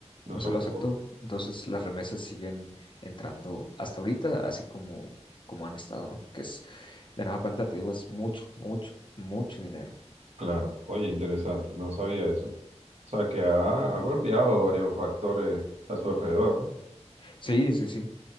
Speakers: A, on the right; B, on the left.
A: No
B: no
A: solo
B: se lo aceptó.
A: por-
B: Entonces las remesas siguen entrando hasta ahorita, así como, como han estado, ¿no? Que es, de nada cuenta, te digo, es mucho, mucho, mucho dinero.
A: Claro. Oye, interesante, no sabía eso. O sea, que ha, ha golpeado varios factores a su alrededor, ¿no?
B: Sí, sí, sí.